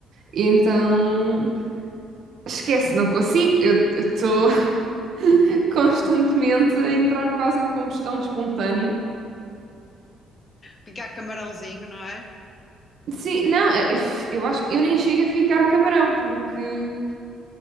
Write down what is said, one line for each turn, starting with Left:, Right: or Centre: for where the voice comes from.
Right: E então, esquece, não consigo. Eu estou <laughs> constantemente a entrar quase em combustão espontânea.
Left: Picar camarãozinho, não é?
Right: Sim, não, eh, f- eu acho que eu nem chego a ficar camarão, porque